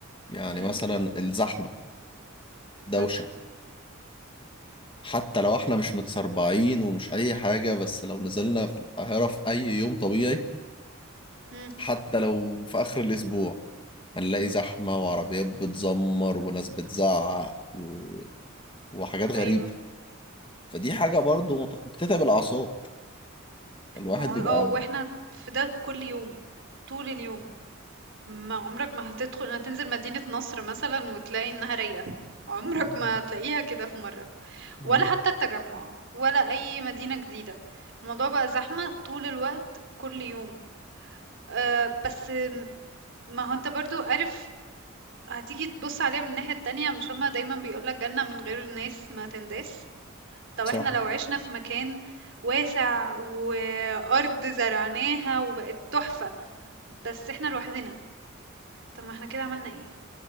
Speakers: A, on the left (about 25°); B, on the right (about 60°).
A: يعني
B: إمم،
A: مثلا الزحمة
B: مثلًا،
A: دوشة حتى لو احنا مش متسربعين ومش اي حاجة بس لو نزلنا في القاهرة في اي يوم طبيعي
B: إمم،
A: حتى لو في اخر الاسبوع هنلاقي زحمة وعربيات بتزمر وناس بتزعق و... وحاجات غريبة
B: أيوه،
A: فدي حاجة برضو مت- بتتعب الأعصاب الواحد
B: ما هو
A: بيبقى
B: آه، وإحنا في ده كل يوم، طول اليوم، ما عمرك ما هتدخل هتنزل مدينة نصر مثلًا وتلاقي إنها رايقة، عمرك
A: مم.
B: ما هتلاقيها كده في مرة،
A: مم.
B: ولا حتى التجمّع، ولا أي مدينة جديدة، الموضوع بقى زحمة طول الوقت، كل يوم، آآ، بس م ما هو أنت برضه عارف هتيجي تبُص عليها من الناحية التانية، مش هُم دايمًا بيقولوا لك جنة من غير ناس ما تنداس؟ طب
A: صح
B: احنا لو عشنا في مكان واسع وأرض زرعناها وبقت تحفة بس احنا لوحدنا طب ما احنا كده عملنا ايه